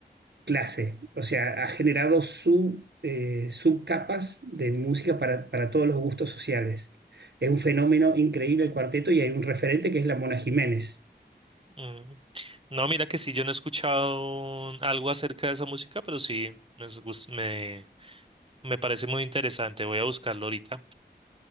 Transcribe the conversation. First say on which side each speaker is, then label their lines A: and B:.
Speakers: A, on the right; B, on the right.
A: clase, o sea, ha generado sub, eh, subcapas de música para, para todos los gustos sociales. Es un fenómeno increíble el cuarteto y hay un referente que es la Mona Jiménez.
B: Mm. No, mira que sí, yo no he escuchado algo acerca de esa música, pero sí, me, gus- me, me parece muy interesante, voy a buscarlo ahorita.